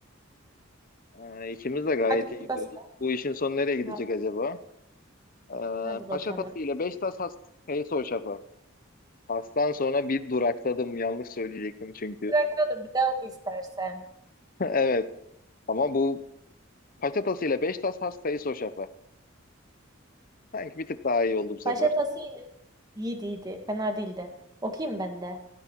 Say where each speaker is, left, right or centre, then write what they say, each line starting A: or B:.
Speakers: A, on the left; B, on the right.
A: Ee, ikimiz de gayet
B: Hadi
A: iyi gidiyoruz.
B: burada sıra.
A: Bu işin sonu nereye gidecek
B: Ha,
A: acaba? Ee,
B: Hadi bakalım.
A: Paşa Tası ile Beşiktaş Has Kayısı Hoşaf'a. Has'tan sonra bir durakladım. Yanlış söyleyecektim çünkü.
B: Sıra da bir daha oku istersen.
A: <laughs> Evet. Ama bu Paşa Tası ile Beşiktaş Has Kayısı Hoşaf'a. Sanki bir tık daha iyi oldu bu sefer.
B: Paşa tası ile. İyiydi, iyiydi. Fena değildi. Okuyayım ben de.